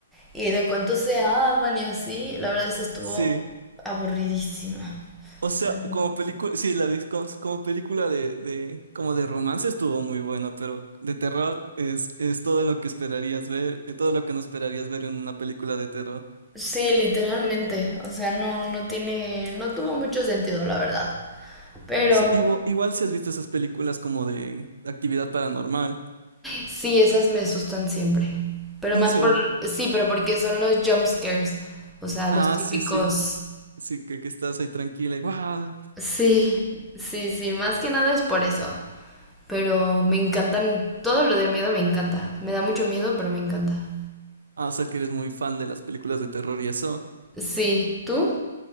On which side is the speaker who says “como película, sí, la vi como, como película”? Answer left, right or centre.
Right